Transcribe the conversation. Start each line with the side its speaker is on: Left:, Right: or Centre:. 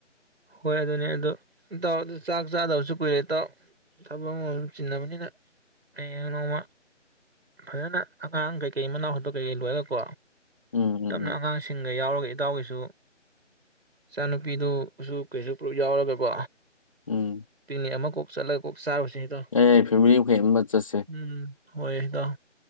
Right: ꯍꯣꯏ ꯑꯗꯨꯅꯦ ꯑꯗꯨ ꯏꯇꯥꯎ ꯑꯗꯨ ꯆꯥꯛ ꯆꯥꯗꯕꯁꯨ ꯀꯨꯏꯔꯦ ꯏꯇꯥꯎ ꯊꯕꯛ ꯑꯃ ꯑꯗꯨꯝ ꯆꯤꯟꯅꯕꯅꯤꯅ ꯍꯌꯦꯡ ꯅꯣꯡꯃ ꯐꯖꯅ ꯑꯉꯥꯡ ꯀꯩꯀꯩ ꯃꯅꯥ ꯍꯨꯠꯄ ꯀꯩꯀꯩ ꯂꯣꯏꯔꯀꯣ
Left: ꯎꯝ ꯎꯝ
Right: ꯇꯞꯅ
Left: ꯎꯝ
Right: ꯑꯉꯥꯡꯁꯤꯡ ꯒ ꯌꯥꯎꯔꯒ ꯏꯇꯥꯎꯒꯤꯁꯨ ꯏꯆꯥꯅꯨꯄꯤꯗꯨꯁꯨ ꯀꯩꯁꯨ ꯄꯨꯂꯞ ꯌꯥꯎꯔꯒꯀꯣ
Left: ꯎꯝ
Right: ꯄꯤꯅꯤꯛ ꯑꯃ ꯀꯣꯛ ꯆꯠꯂꯒ ꯀꯣꯛ ꯆꯥꯔꯨꯁꯤ ꯏꯇꯥꯎ
Left: ꯌꯥꯏ ꯐꯦꯃꯤꯂꯤ ꯃꯈꯩ ꯑꯃ ꯆꯠꯁꯦ
Right: ꯎꯝ ꯍꯣꯏ ꯏꯇꯥꯎ